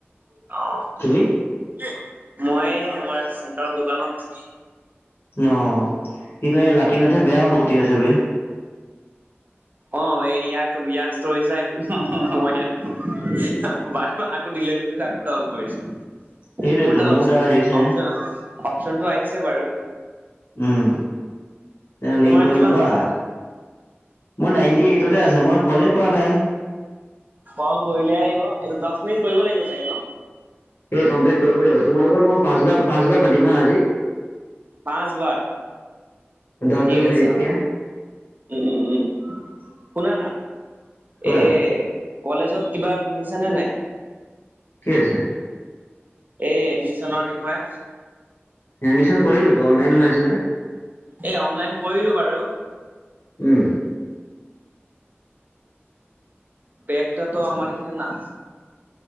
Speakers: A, on the right; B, on the left.
A: অ,
B: তুমি
A: মই আমাৰ চেণ্টাৰৰ দোকানত।
B: অ', কি কয় এ লাকি নাথে বেয়া পহতি আছে বে।
A: অ' এই ইয়াক ইয়াৰ ষ্টোৰী চাই মই আকৌ দিলেট কৰিছো আকৌ ডাউনলোড কৰিছো,
B: সেইটোৱেতো
A: মোৰ তাত
B: ময়ো
A: অপশন
B: তাৰ হেৰি চাই
A: অপ অপশনটো আহিছে বাৰু।
B: উম। তেনে
A: তোমাৰ
B: লিংক কৰি
A: কিমান
B: ল'বা।
A: হ'ল?
B: মোৰ নাইনটি এইটতে আছে মই কলেই কৰা নাই।
A: কল কৰিলে আহিব এইটো দচ মিনিট কৰিব লাগিব চাগে ন?
B: এই কমপ্লিট কৰিব লাগিব তোমাৰ লগত মই পাঁচবাৰ পাঁচবাৰ পাতিম হা আজি।
A: পাঁচবাৰ,
B: দহ
A: ঠিক
B: দহ
A: আছে
B: মিনিটকে
A: অ। উম উম উম, শুনা না
B: কোৱা
A: এ কলেজত কিবা শুনিছা নে নাই?
B: কি হৈছে?
A: এই এডমিচনৰ বিষয়ে।
B: এডমিচন কৰিলেতো অনলাইন হৈ আছিলে।
A: এই অনলাইন কৰিলো বাৰু।
B: উম।
A: বেগ তাতো আমাৰ ইখানে না